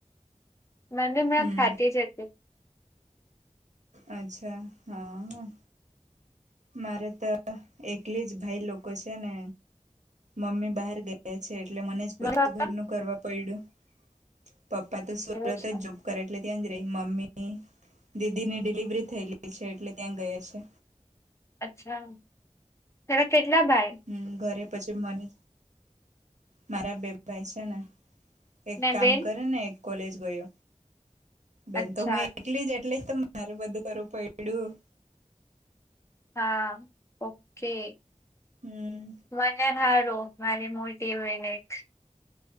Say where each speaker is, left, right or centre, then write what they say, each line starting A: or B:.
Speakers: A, on the left; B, on the right.
A: <unintelligible>
B: હમ અચ્છા હા મારે તો એકલી જ ભાઈ લોકો છે ને મમ્મી બહાર ગયા છે એટલે મને જ બધું
A: મારા પપ્પા
B: ઘરનું કરવા પડ્યું પપ્પા તો <unintelligible>
A: એવું છે
B: કરે એટલે ત્યાં જ રહી મમ્મી દીદી ની ડિલિવરી થય રહી છે એટલે ત્યાં ગયા છે.
A: અચ્છા તરા કેટલા ભાઈ
B: હમ ઘરે પછી મને મારા બે ભાઈ છે ને એક
A: ને
B: કામ
A: બેન
B: કરે ને એક કોલેજ ગયો બેન
A: અચ્છા
B: તો હું એકલી જ એટલી જ તારું બધું કરવું પડ્યું
A: હા ઓકે <unintelligible>
B: હમ
A: <unintelligible> હોય નને